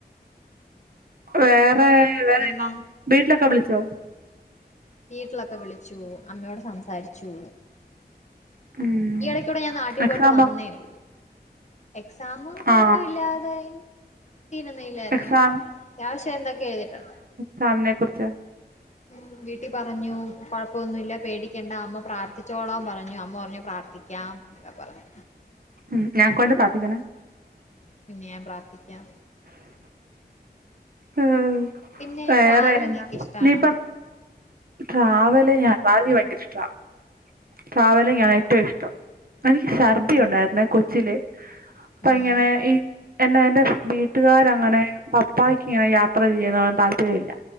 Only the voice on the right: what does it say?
വേറെ വേറെന്നാ
വീട്ടിലൊക്കെ വിളിച്ചോ
ഉം
എക്സാം
ആ
എക്സാം
സാറിനെ കുറിച്ച്
ഉം ഞാൻക്കൊണ്ട് പാത്തിക്ക്ണ്
ഉം
വേറെയെന്നാ
ഇനിപ്പം ട്രാവലെ ഞാൻ ട്രാവല് ഭയങ്കര ഇഷ്ട്ടാ ട്രാവലിംഗ് ആണ്
ഏറ്റോം ഇഷ്ടം എനിക്ക് ശർദ്ദി ഒണ്ടാര്ന്നെ കൊച്ചിലെ അപ്പ
എങ്ങനെ ഈ എന്നാ എന്റെ വീട്ടുകാരങ്ങനെ പപ്പായ്ക്ക് ഇങ്ങനെ യാത്ര ചെയ്യുന്നോടെന്നും താല്പര്യല്ല